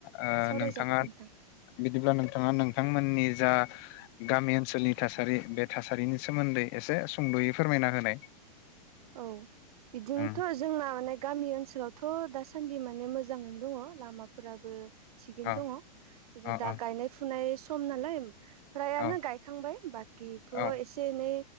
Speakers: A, on the left; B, on the right.
A: ओ
B: सावरायजागोन
A: नोंथाङा
B: नोंथां
A: बिदिब्ला नोंथाङा नोंथांमोननि जा गामि ओनसोलनि थासारि बे थासारिनि सोमोन्दै एसे सुंद'यै फोरमायना होनाय।
B: औ बिदिनो
A: उम
B: जोंना माने गामि ओनसोलावथ' दासान्दि माने मोजाङैनो दङ लामाफोराबो थिगैनो
A: औ
B: दङ। बिदिनो
A: औ
B: दा
A: औ
B: गायनाय फुनाय सम नालाय फ्रायानो
A: औ
B: गायखांबाय बाखिथ'
A: औ
B: एसे एनै